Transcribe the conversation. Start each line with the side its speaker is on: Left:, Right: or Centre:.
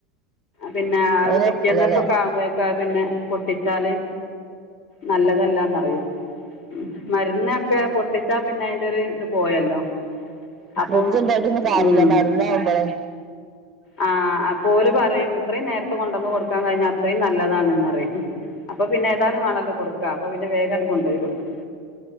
Left: പിന്നെ അത്
Right: അതിനൊക്കില്ലല്ലേ
Left: പിറ്റേന്നൊക്കെക്കാവുമ്പയേക്ക് അത് പിന്നെ പൊട്ടിച്ചാല് നല്ലതല്ലാന്നറിയും മരന്നക്കെ പൊട്ടിച്ചാ പിന്നെ അതിന്റെ ഒരു ഇത് പോയല്ലോ അപ്പം
Right: ഓയിന്തായിട്ടൊന്നല്ല
Left: ഉം
Right: മരുന്നാവുമ്പോഴേ
Left: ആഹ് പോല പറയും ഇത്രയും നേരത്തെ കൊണ്ടുവന്ന് കൊടുക്കാൻ കഴിഞ്ഞാ അത്രയും നല്ലതാണെന്ന് അറിയും അപ്പൊ പിന്നെ ഏതാലും വേണല്ലോ കൊടുക്കുക അപ്പൊ പിന്നെ വേഗംണ്ട കൊണ്ടുപോയി കൊടുക്ക